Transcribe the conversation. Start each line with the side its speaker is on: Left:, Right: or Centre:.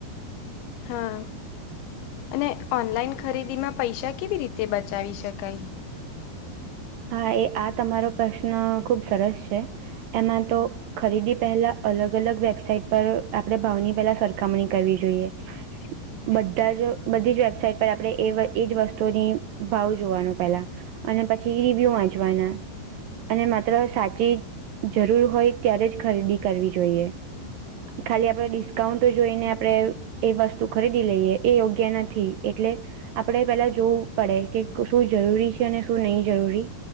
Left: હા. અને ઓનલાઈન ખરીદી માં પૈસા કેવી રીતે બચાવી શકાય.
Right: હા એ આ તમારો પ્રશ્ન ખૂબ સરસ છે એમાં તો. ખરીદી પહેલા અલગ અલગ વેબસાઇટ પર આપડણે ભાવની પહેલા સરખામણી કરવી જોઈએ.
Left: <inaudible>
Right: બધા જ બધી જ વેબસાાઈટ પર આપણે એ એજ વસ્તુની ભાવ જોવાનો પેલાં. અને પછી રિવ્યુ વાચવાના. અને માત્ર સાચી જરૂર હોય ત્યારે જ ખરીદી કરવી જોઈએ. ખાલી આપણે ડિસ્કાઉન્ટ જોઈને આપણે. એ વસ્તુ ખરીદી લઈએ એ યોગ્ય નથી એટલે. આપણે પેલા જોવું પડે કે શું જરૂરી છે અને શું નહીં જરૂરી.